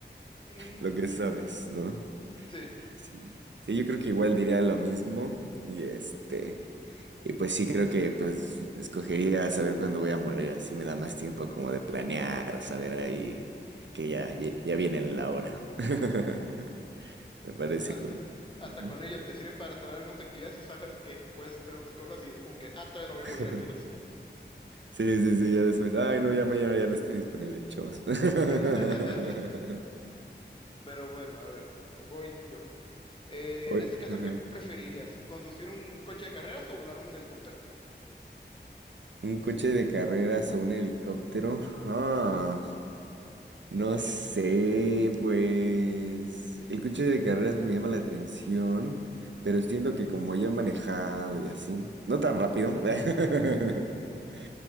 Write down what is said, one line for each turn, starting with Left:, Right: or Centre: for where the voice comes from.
Left: Ujú,
Right: lo que sabes, ¿no?
Left: Sí,
Right: Sí. Sí, yo creo que igual diría lo mismo y este, y pues sí, creo que pues escogería saber cuándo voy a morir, así me da más tiempo como de planear o saber ahí que ya, ya ya viene la hora. <laughs> Me parece
Left: hasta,
Right: cool.
Left: hasta
Right: Ujú.
Left: con ello te sirve para saber algunas actividades o saber que puedes hacer unas cosas y es como que, ah, todavía no voy a morir
Right: <laughs>
Left: al menos.
Right: Sí, sí, sí, ya después. Ay, no, ya mañana ya no estoy disponible, chavos. <laughs>
Left: <laughs> Pero bueno, a ver, voy yo. Eh,
Right: Oye,
Left: en este caso,
Right: ajá.
Left: ¿qué preferirías? ¿Conducir un coche de carreras o volar un helicóptero?
Right: Un coche de carreras o un helicóptero. Ah. No sé, pues el coche de carreras me llama la atención, pero siento que como ya he manejado y así, no tan rápido, <laughs>